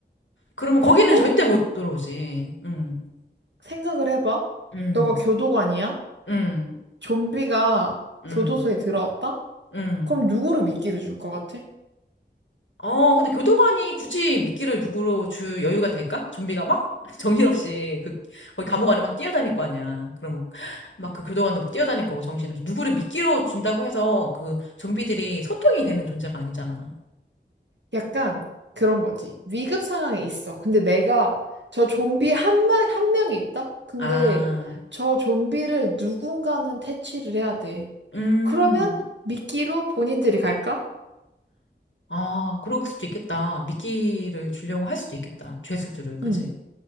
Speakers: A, on the left (about 85°); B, on the right (about 70°).
A: 그러면 거기는
B: 근데
A: 절대 못 들어오지. 음,
B: 생각을 해봐.
A: 음,
B: 너가 교도관이야?
A: 음,
B: 좀비가
A: 음,
B: 교도소에 들어왔다?
A: 음.
B: 그럼 누구를 미끼를 줄 것 같아?
A: 어, 근데 교도관이 굳이 미끼를 누구로 줄 여유가 될까? 좀비가 막 <laughs> 정신없이 그, 거기 감옥 안에 막 뛰어다닐 거 아니야. 그러면 막 그 교도관도 막 뛰어다닐 거고 정신없이. 누구를 미끼로 준다고 해서 그 좀비들이 소통이 되는 존재가 아니잖아.
B: 약간 그런 거지. 위급 상황에 있어. 근데 내가 저 좀비 한 명, 한 명이 있다? 근데
A: 아,
B: 저 좀비를 누군가는 퇴치를 해야 돼.
A: 음.
B: 그러면 미끼로 본인들이 갈까?
A: 아, 그럴 수도 있겠다. 미끼를 주려고 할 수도 있겠다. 죄수들을, 그지?
B: 응.